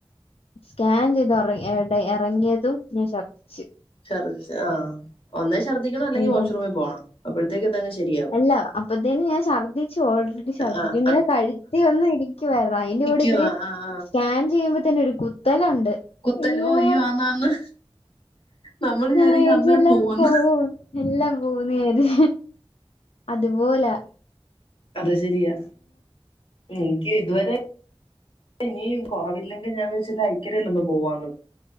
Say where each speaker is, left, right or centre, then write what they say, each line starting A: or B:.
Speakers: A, on the left; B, on the left.
A: സ്കാൻ ചെയ്ത് ഇറങ്ങിയതും ഞാൻ ഛർദ്ദിച്ചു
B: ഛർദ്ദിച്ചു ആ ഒന്നേ ഛർദ്ദിക്കണം അല്ലെങ്കിൽ
A: അയ്യോ
B: വാഷ്റൂമിൽ പോകണം അതങ്ങ് ശരിയാവും
A: അല്ല അപ്പത്തേന് ഞാൻ ഛർദ്ദിച്ചു ഓൾറെഡി ഛർദ്ദിച്ചു
B: ആഹ്
A: ഇങ്ങനെ കഴുത്തി വന്ന ഇരിക്കുവായിരുന്നു അതിൻന്റെ കൂടെ
B: ആ
A: ഇവര് സ്കാൻ ചെയ്യുമ്പോ തന്നെ ഒരു കുത്തല ഉണ്ട്
B: കുത്തലോ
A: അയ്യോ
B: ആന്നാന്ന് നമ്മള് വിചാരിക്കും
A: ആ ഇതെല്ലാം
B: അന്നേരം പോവൂന്ന്
A: പോകും എല്ലാം പോം നേര് അതുപോലാ
B: അത ശരിയാ എനിക്ക് ഇതുവരെ ഇനിയും കുറവില്ലെങ്കിൽ ഞാൻ വെച്ചില്ല ഐക്കരൽ ഒന്ന് പോവാന്ന്